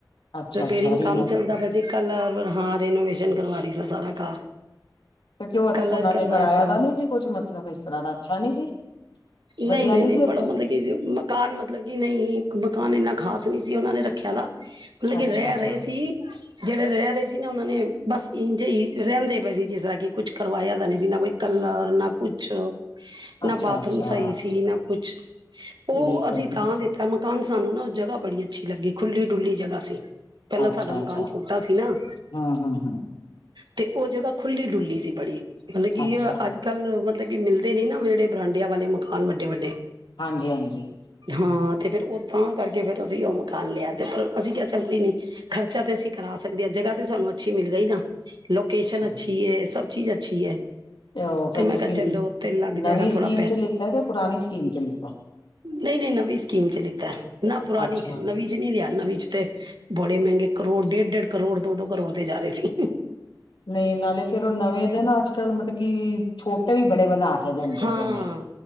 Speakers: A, on the left; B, on the right.
A: ਅੱਛਾ
B: ਰਿਪੇਰਿੰਗ
A: ਅੱਛਾ ਰੀਨੋ
B: ਕੰਮ ਚੱਲਦਾ ਪਿਆ ਸੀ ਕੱਲ ਹਾਂ ਰੇਨੋਵੇਸ਼ਨ ਕਰਵਾ ਰਹੀ ਸਾ ਸਾਰਾ ਘਰ।
A: ਕਿਉਂਕਿ ਉਹ
B: ਕਲਰ
A: ਉਹਨਾਂ
B: ਕਰਵਾਏ
A: ਨੇ ਕਰਾਇਆ
B: ਸਭ
A: ਦਾ ਨਹੀਂ ਸੀ ਕੁਛ ਮਤਲਬ ਇਸ ਤਰ੍ਹਾਂ ਦਾ ਅੱਛਾ ਨਈ ਸੀ। ਵਧੀਆ
B: ਨਈ- ਨਈ-
A: ਨੀ
B: ਨਈ,
A: ਸੀ
B: ਬੜਾ
A: ਉੱਥੇ
B: ਗੰਦਗੀ ਸੀ। ਮਕਾਨ ਮਤਲਬ ਕਿ ਨਹੀਂ, ਮਕਾਨ ਇੰਨਾ ਖ਼ਾਸ ਨਈ ਸੀ ਉਹਨਾਂ ਨੇ ਰੱਖਿਆ ਦਾ ਮਤਲਬ ਕਿ
A: ਅੱਛਾ
B: ਰਹਿ
A: ਅੱਛਾ
B: ਰਏ ਸੀ। ਜਿਹੜੇ ਰਹਿ ਰਏ ਸੀ ਨਾ ਉਹਨਾਂ ਨੇ ਬਸ ਇੰਝ ਈ ਰਹਿੰਦੇ ਪਏ ਸੀ ਜਿਸ ਤਰ੍ਹਾਂ ਕਿ ਕੁੱਝ ਕਰਵਾਇਆ ਤਾਂ ਨਈ ਸੀ ਨਾ ਕੋਈ ਕਲਰ ਨਾ ਕੁਛ, ਨਾ
A: ਅੱਛਾ
B: ਬਾਤ
A: ਅੱਛਾ
B: ਸਈ ਸੀ ਨਾ ਕੁਛ ਓ
A: ਠੀਕ
B: ਅਸੀਂ
A: ਹੈ
B: ਤਾਂ
A: ਜੀ
B: ਦਿ ਤਾਂ ਮਕਾਨ ਸਾਨੂੰ ਨਾ ਉਹ ਜਗਾ ਬੜੀ ਅੱਛੀ ਲੱਗੀ ਖੁੱਲੀ- ਡੁੱਲੀ ਜਗਾ ਸੀ। ਪਹਿਲਾਂ
A: ਅੱਛਾ
B: ਸਾਡਾ ਮਕਾਨ
A: ਅੱਛਾ
B: ਛੋਟਾ ਸੀ ਨਾ।
A: ਹਮ ਹਮ ਹਮ
B: ਤੇ ਓ ਜਗਾ ਖੁੱਲੀ-ਡੁੱਲੀ ਸੀ ਬੜੀ, ਮਤਲਬ ਕੀ
A: ਅੱਛਾ
B: ਅੱਜ ਕੱਲ ਮਤਲਬ ਕਿ ਮਿਲਦੇ ਨੀ ਨਾ ਵਿਹੜੇ ਬਰਾਂਡਿਆਂ ਵਾਲੇ ਮਕਾਨ ਵੱਡੇ-ਵੱਡੇ।
A: ਹਾਂਜੀ-ਹਾਂਜੀ।
B: ਹਾਂ ਤੇ ਫਿਰ ੳ ਤਾਂ ਕਰਕੇ ਫਿਰ ਅਸੀਂ ੳ ਮਕਾਨ ਲਿਆ ਤੇ ਪਰ ਅਸੀਂ ਕਿਆ ਚੱਲ ਕੋਈ ਨੀ ਖਰਚਾ ਤੇ ਅਸੀਂ ਕਰਾ ਸਕਦੇ ਆਂ, ਜਗ੍ਹਾ ਤੇ ਸਾਨੂੰ ਅੱਛੀ ਮਿਲ ਗਈ ਨਾ। ਲੋਕੇਸ਼ਨ
A: ਤੇ
B: ਅੱਛੀ ਏ, ਸਭ ਚੀਜ਼ ਅੱਛੀ ਏ।
A: ਉਹ ਫੇਰ
B: ਤੇ ਮੈਂ
A: ਤੁਸੀਂ
B: ਕਿਹਾ ਚਲੋ ੳਥੇ ਲੱਗ ਜਾਏਗਾ
A: ਨਵੀਂ
B: ਥੋੜਾ
A: ਸਕੀਮ ਚ ਲਿੱਤਾ ਯਾ, ਪੁਰਾਣੀ ਸਕੀਮ ਚ ਲਿੱਤਾ।
B: ਨਈ-ਨਈ ਨਵੀਂ ਸਕੀਮ ਚ ਲਿਖਤੀ, ਨਾ ਪੁਰਾਣੀ
A: ਅੱਛਾ
B: ਚ ਨਵੀਂ ਚ ਨੀ ਲਿਆ, ਨਵੀ ਚ ਤੇ ਬੜੇ ਮੈਂਗੇ ਕਰੋੜ ਡੇਢ-ਡੇਢ ਕਰੋੜ ਦੋ-ਦੋ ਕਰੋੜ ਦੇ ਜਾ ਰਏ ਸੀ।
A: ਨਈ ਨਾਲੇ ਫੇਰ ੳ ਨਵੇਂ ਦੇ ਨਾ ਚ ਅੱਜ ਕੱਲ ਮਤਲਬ ਕੀ ਛੋਟੇ ਵੀ ਬੜੇ ਬਣਾ ਕੇ ਦਿੰਦੇ
B: ਹਾਂ
A: ਪਏ ਨੇ